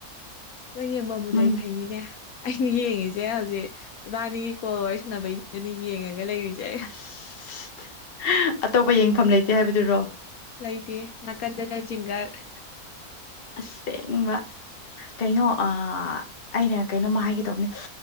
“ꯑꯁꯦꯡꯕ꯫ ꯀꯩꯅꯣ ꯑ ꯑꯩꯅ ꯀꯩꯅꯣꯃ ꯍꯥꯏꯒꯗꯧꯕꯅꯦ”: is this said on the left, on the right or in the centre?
Left